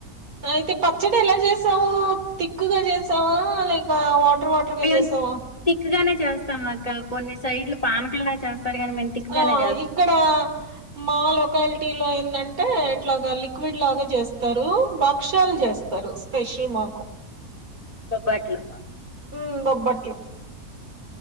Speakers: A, on the right; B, on the left.
A: అయితే పచ్చడి ఎలా చేసావు తిక్కుగా చేసావా లేక వా టర్ వాటర్గా
B: మేము
A: చేసావా
B: థిక్ గానే చేస్తాం అక్క కొన్ని సైడ్లు పానకంలా చేస్తాం కానీ మేము థిక్ గానే
A: ఆ ఇక్కడ మా లొకాలిటీ లో ఏందం టే ఇట్లాగా లిక్విడ్ లాగా చేస్తారు భక్ష్యాలు చేస్తారు స్పెషల్ మాకు
B: బొబ్బాట్లు
A: ఉ బొబ్బట్లు